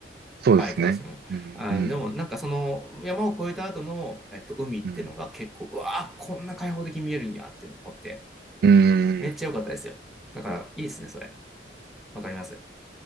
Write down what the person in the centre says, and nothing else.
パイクたちも。
あの、
でもなんかその山を越えた後の、えっと、海ってのが結構、
うわー、こんな開放的に見えるんやって思って、
めっちゃ良かったですよ。
だから、いいですね、それ。わかります。